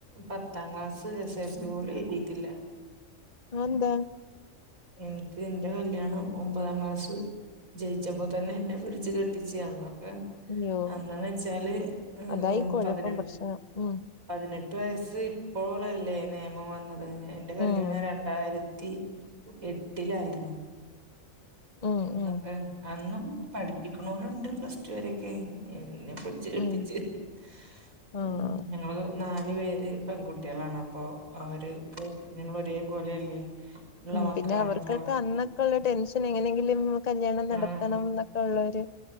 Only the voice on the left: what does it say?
അഹന്താ?
അയ്യോ
അതായി കുഴപ്പം
പ്രശ്നം ഉം
ഉം
ഉം
ഉം
ഉം ആഹ്
ഉം.
പിന്നെ അവർക്കൊക്കെ
അന്നൊക്കെ ഉള്ള ടെൻഷൻ എങ്ങനെങ്കിലും കല്യാണം നടത്തണം
എന്നൊക്കെ ഉള്ള ഒര്